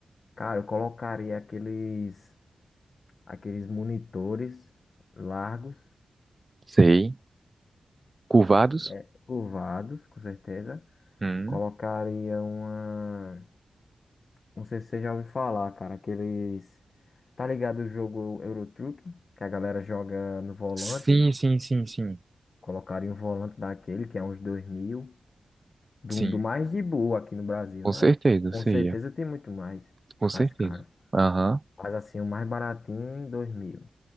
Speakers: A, on the left; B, on the right.
A: cara, eu colocaria aqueles. Aqueles monitores largos,
B: Sei. Curvados?
A: é, curvados, com certeza.
B: Hum.
A: Colocaria uma. Não sei se você já ouviu falar, cara, aqueles. Tá ligado o jogo Euro Truck, que a galera joga no volante?
B: Sim, sim, sim, sim.
A: Colocaram um volante daquele, que é uns 2 mil, do,
B: Sim,
A: do mais de boa aqui no Brasil,
B: com
A: né?
B: certeza,
A: Com
B: sei.
A: certeza
B: é.
A: tem muito mais,
B: Com certeza.
A: mais caro.
B: Aham,
A: Mas assim, o mais baratinho, 2 mil.